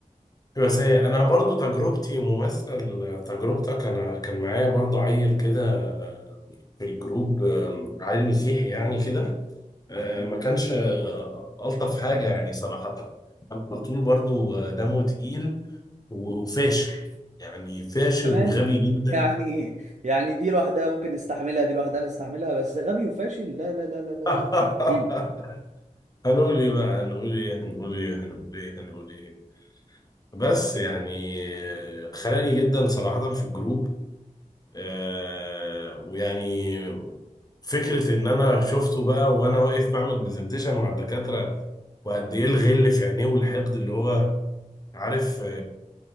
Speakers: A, on the left; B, on the right.
A: بيبقى سيء انا برضو تجربتي مماثلة لتجربتك انا كان معايا برضو عيل كده آه، في الجروب آه، عيل مسيحي يعني كده آه،
B: <laughs>
A: ما كانش آه، ألطف حاجة يعني صراحة كان على طول برضو آه، دمه تقيل وفاشل يعني فاشل
B: كمان
A: وغبي جدا
B: يعني يعني دي لوحدها ممكن نستحملها دي لوحدها نستحملها بس غبي وفاشل لا لا لا لا لا
A: <laughs>
B: لا <laughs> جامد جداً.
A: هنقول ايه بقى هنقول ايه هنقول ايه هنقول ايه هنقول ايه بس يعني آه، خلاني جدا صراحة في الجروب آه، ويعني فكرة ان انا شفته بقى وانا واقف بعمل برزنتيشن مع الدكاترة وقد ايه الغل في عينيه والحقد اللي هو عارف آه،